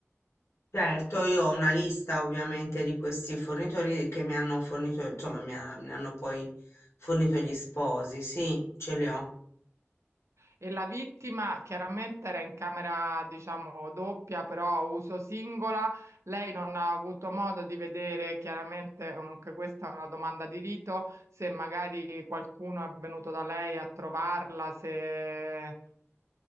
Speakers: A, on the left (about 70°); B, on the right (about 80°).
A: Certo, io ho una lista ovviamente di questi fornitori che mi hanno fornito, insomma, mi, ha- mi hanno poi fornito gli sposi, sì, ce li ho.
B: E la vittima chiaramente era in camera, diciamo, doppia, però a uso singola. Lei non ha avuto modo di vedere, chiaramente, anche questa è una domanda di rito, se magari qualcuno è venuto da lei a trovarla, se...